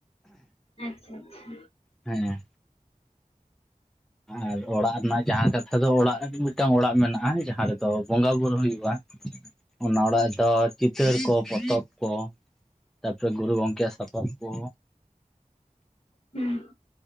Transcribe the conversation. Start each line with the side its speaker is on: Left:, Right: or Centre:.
Left: ᱟᱪᱪᱷᱟ ᱟᱪᱪᱷᱟ᱾
Centre: ᱦᱮᱸ᱾ ᱟᱨ ᱚᱲᱟᱜ ᱨᱮᱱᱟᱜ ᱡᱟᱦᱟᱸ ᱠᱟᱛᱷᱟ ᱫᱚ ᱚᱲᱟᱜ, ᱢᱤᱫᱴᱟᱝ ᱚᱲᱟᱜ ᱢᱮᱱᱟᱜᱼᱟ, ᱡᱟᱦᱟᱸ ᱨᱮᱫᱚ ᱵᱚᱸᱜᱟ ᱵᱩᱨᱩ ᱦᱩᱭᱩᱜᱼᱟ᱾ ᱚᱱᱟ ᱚᱲᱟᱜ ᱫᱚ ᱪᱤᱛᱟᱹᱨ ᱠᱚ, ᱯᱚᱛᱚᱵ ᱠᱚ᱾ ᱛᱟᱨᱯᱚᱨᱮ ᱜᱩᱨᱩ ᱜᱚᱝᱠᱮᱭᱼᱟᱜ ᱥᱟᱯᱟᱯ ᱠᱚ᱾
Left: ᱦᱩᱸ᱾